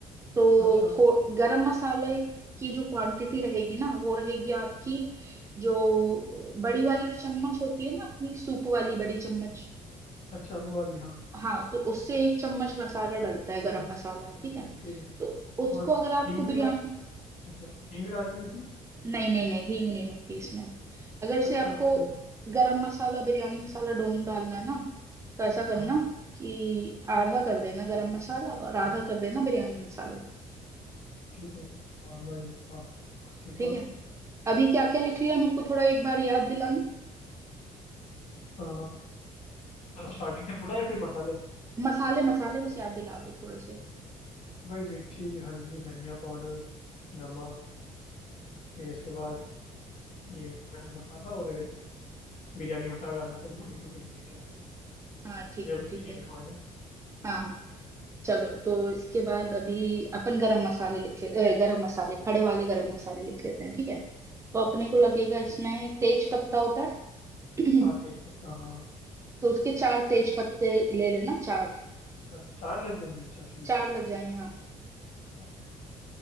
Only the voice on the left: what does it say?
अच्छा
अच्छा वो वाली हाँ
हम्म,
ठीक
है ठीक है
और
हिंग
डाल अच्छा हिंग डालनी होती है
अच्छा
ठीक है
हाँ
हाँ
ठीक है हाँ बढ़िया हाँ उसके
बाद
अ, स्टार्टिंग से बोला या फिर मसाले
भाई मिर्ची हल्दी धनिया पाउडर नमक फिर इसके बाद ये गरम मसाला और अगर बिरयानी मसाला डालना तो वो नहीं तो फिर नहीं चलेगा
ये
ये
लिखा हुआ है
हाँ
तेज पत्ता हाँ
अच्छा चार लग जाएंगे अच्छा ठीक
है
Okay okay